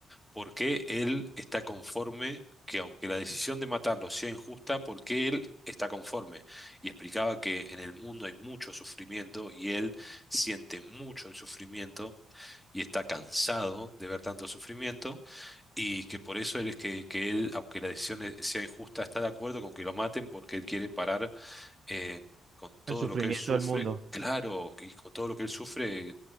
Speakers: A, in the centre; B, on the right (about 45°).
A: por qué él está conforme, que aunque la decisión de matarlo sea injusta, por qué él está conforme. Y explicaba que en el mundo hay mucho sufrimiento y él siente mucho el sufrimiento y está cansado de ver tanto sufrimiento y que por eso él es que, que él, aunque la decisión e- sea injusta, está de acuerdo con que lo maten porque él quiere parar eh, con todo
B: El sufrimiento
A: lo que él sufre,
B: del mundo.
A: claro, y con todo lo que él sufre,